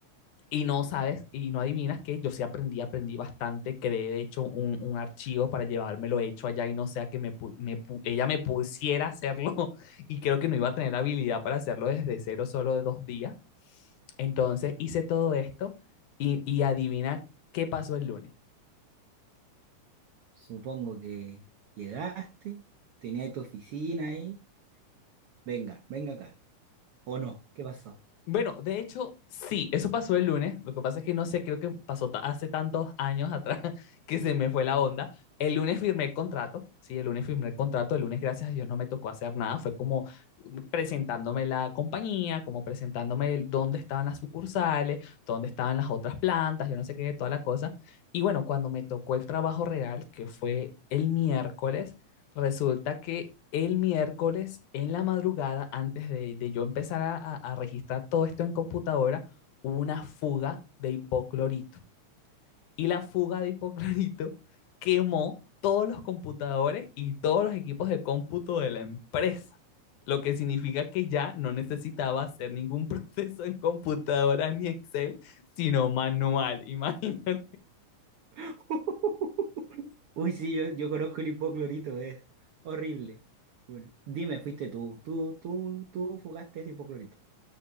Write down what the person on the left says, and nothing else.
Y no sabes, y no adivinas que yo sí aprendí, aprendí bastante, creé de hecho un, un archivo para llevármelo hecho allá y no sea que me, pu- me pu- ella me pusiera a hacerlo <laughs> y creo que no iba a tener la habilidad para hacerlo desde cero, solo de dos días. Entonces hice todo esto y, y adivina qué pasó el lunes.
Bueno, de hecho, sí, eso pasó el lunes. Lo que pasa es que no sé, creo que pasó ta- hace tantos años atrás <laughs> que se me fue la onda. El lunes firmé el contrato, sí, el lunes firmé el contrato. El lunes, gracias a Dios, no me tocó hacer nada. Fue como presentándome la compañía, como presentándome el- dónde estaban las sucursales, dónde estaban las otras plantas, yo no sé qué, toda la cosa. Y bueno, cuando me tocó el trabajo real, que fue el miércoles, Resulta que el miércoles en la madrugada, antes de, de yo empezar a, a- a registrar todo esto en computadora, hubo una fuga de hipoclorito. Y la fuga de hipoclorito <laughs> quemó todos los computadores y todos los equipos de cómputo de la empresa. Lo que significa que ya no necesitaba hacer ningún <laughs> proceso en computadora ni Excel, sino manual. <laughs> Imagínate.